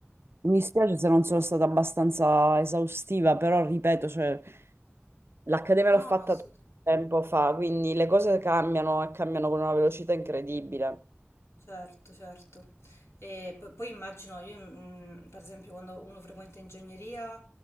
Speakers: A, on the right; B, on the left.
A: Mi spiace se non sono stata abbastanza esaustiva, però ripeto, cioè, L'accademia
B: no,
A: l'ho fatta
B: assolutamente.
A: tempo fa, quindi le cose cambiano e cambiano con una velocità incredibile.
B: Certo, certo. E po- poi immagino, io mm, mm, per esempio quando uno frequenta ingegneria,